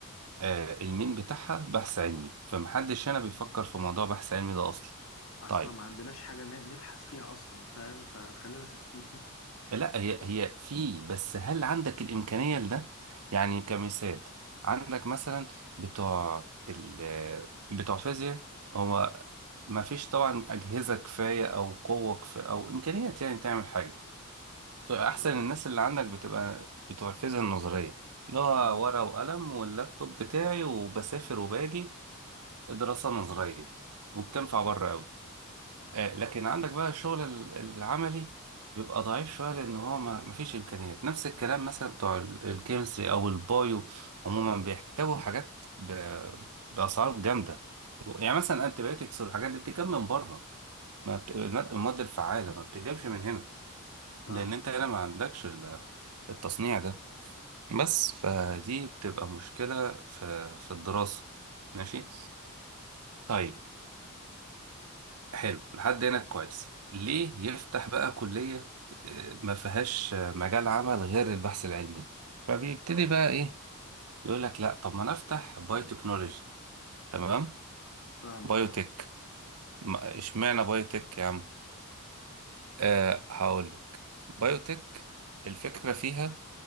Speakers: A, on the right; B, on the left.
A: آه المين بتاعها بحث علمي فمحدش هنا بيفكر في موضوع بحث علمي ده أصلا
B: أصلا
A: طيب
B: ما عندناش حاجة ن- نبحث فيها أصلا فاهم فخلينا ساكتين
A: لا
B: <laughs>
A: هي هي في بس هل عندك الإمكانية لده؟ يعني كمثال عندك مثلا بتوع ال بتوع فيزياء هو ما فيش طبعا أجهزة كفاية أو قوة كفاية أو إمكانيات يعني تعمل حاجة فأحسن
B: آه
A: الناس اللي عندك بتبقى بتوع الفيزياء النظرية اللي هو
B: مم.
A: ورقة وقلم واللابتوب بتاعي وبسافر وباجي دراسة نظرية وبتنفع بره أوي آه، لكن عندك بقى الشغل ال- العملي بيبقى ضعيف شوية لأن هو ما ما فيش إمكانيات نفس الكلام مثلا بتوع ال- الكيمستري أو البايو عموما بيحتاجوا حاجات ب- بأسعار جامدة يعني مثلا أنتيبيوتكس والحاجات دي بتجيب من بره ما بت... الماد المواد الفعالة ما بتجيبش من هنا
B: فاهمك
A: لأن أنت هنا
B: آه
A: ما عندكش ال- التصنيع ده بس فدي بتبقى مشكلة في في الدراسة ماشي طيب. حلو لحد هنا كويس ليه يفتح بقى كلية آه، ما فيهاش آه، مجال عمل غير البحث العلمي فبيبتدي بقى ايه يقول لك لا طب ما انا افتح بايو تكنولوجي تمام
B: فاهمك
A: بايوتك
B: آه
A: ما- اشمعنى بايوتك يا عم أه هقول لك بايوتك الفكرة فيها